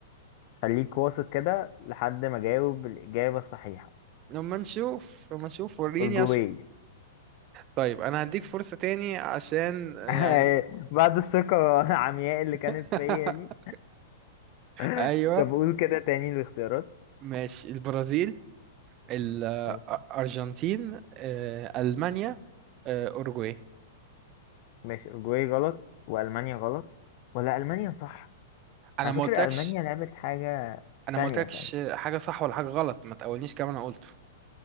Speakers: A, on the left; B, on the right.
A: خليك واثق كده لحد ما اجاوب الإجابة الصحيحة
B: لما نشوف لما نشوف وريني
A: أرجوية
B: عشان طيب انا هديك فرصة تاني عشان يعني
A: <laughs> بعد الثقة العمياء اللي كانت
B: <laughs>
A: فيا دي <laughs>
B: ايوه
A: طب قول كده تاني الاختيارات
B: ماشي البرازيل الارجنتين
A: ماشي
B: آه، المانيا آه، اوروجواي
A: ماشي أورجواي غلط وألمانيا غلط ولا ألمانيا صح
B: انا
A: على
B: ما
A: فكرة
B: قلتلكش
A: ألمانيا لعبت حاجة
B: انا
A: ثانية
B: ما قلتلكش
A: ثانية
B: حاجه صح ولا حاجه غلط ما تقولنيش كمان انا قلته